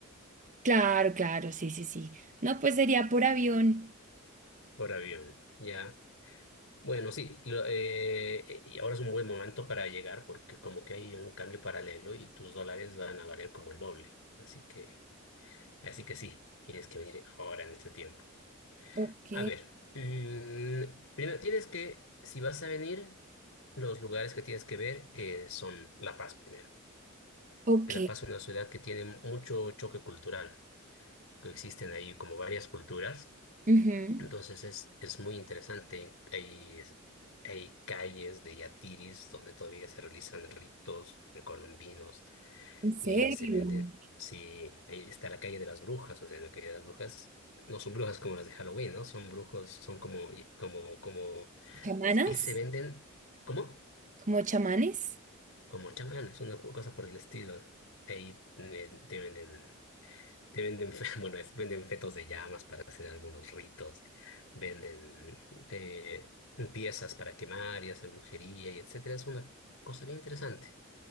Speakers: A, on the right (about 35°); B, on the left (about 70°).
A: Claro, claro, sí, sí, sí. No, pues sería por avión.
B: por avión, ya. Bueno, sí, lo- eh, eh, y ahora es un buen momento para llegar porque como que hay un cambio paralelo y tus dólares van a valer como el doble, así que... Así que sí, tienes que venir ahora en este tiempo.
A: Ok.
B: A ver, mm, primero tienes que, si vas a venir, los lugares que tienes que ver eh, son La Paz primero.
A: Ok.
B: Que La Paz es una ciudad que tiene mucho choque cultural, que existen ahí como varias culturas.
A: ujú.
B: Entonces es, es muy interesante. Hay, hay calles de yatiris donde todavía se realizan ritos precolombinos.
A: ¿En serio?
B: eh, se vende. Sí, ahí está la calle de las brujas, o sea, la calle de las brujas no son brujas como las de Halloween, ¿no? Son brujos, son como, y- como, como,
A: ¿Chamanas?
B: y se venden, ¿cómo?
A: ¿Como chamanes?
B: Como chamanes, una cosa por el estilo. Ahí eh, te venden, te venden, fe- <laughs> bueno, es- venden fetos de llamas para hacer algunos ritos, venden eh, piezas para quemar y hacer brujería y etcétera. Es una cosa bien interesante,